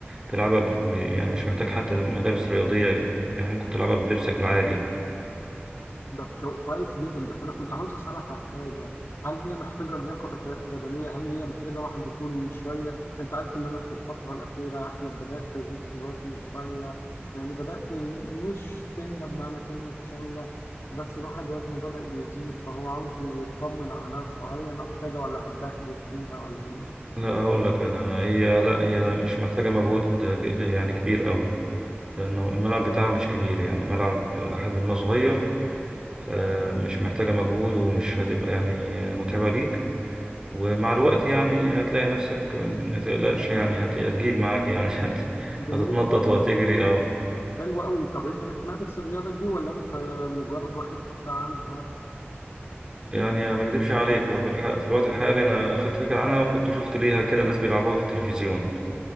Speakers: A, on the right; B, on the left.
A: تلعبها ب... يعني مش محتاج حتى ملابس رياضية يعني ممكن تلعبها بلبسك العادي
B: ده كو- كويس جدا بس انا كنت عاوز اسالك عن حاجه هل هي محتاجه لياقه بت- بدنيه هل هي محتاجه واحد يكون شويه انت عارف ان انا في الفتره الاخيره يا احمد بدات ازيد في وزني شويه يعني بدات مش سنه بمعنى كلمه سنه بس الواحد وزنه بدا يزيد فهو عاوز يطمن على نفسه هل هي محتاجه ولا هتبهدل فيها ولا ايه
A: لا هقول لك انا هي لا هي مش محتاجه مجهود ج- يعني كبير قوي لانه الملعب بتاعها مش كبير يعني ملعب لحد ما صغير فمش محتاجه مجهود ومش هتبقى يعني متعبه ليك ومع الوقت يعني هتلاقي نفسك ما تقلقش يعني هت- هتجيب معاك يعني <laughs> هت-
B: جميله
A: هتتنطط
B: جدا
A: وهتجري اه
B: حلوه قوي طب انت بتمارس الرياضه دي ولا انت مجرد واخد فكره عنها
A: يعني ما اكدبش عليك وفي الح... في الوقت الحالي انا اخدت فكره عنها وكنت شفت ليها كده ناس بيلعبوها في التلفزيون